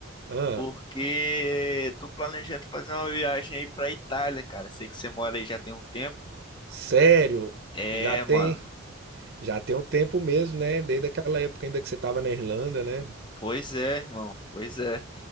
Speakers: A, on the right (about 50°); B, on the left (about 20°).
A: Hã?
B: porque tô planejando fazer uma viagem aí pra Itália, cara. Sei que você mora aí já tem um tempo.
A: sério?
B: É,
A: Já tem,
B: mano.
A: já tem um tempo mesmo, né? Desde aquela época ainda que você tava na Irlanda, né?
B: Pois é, irmão. Pois é.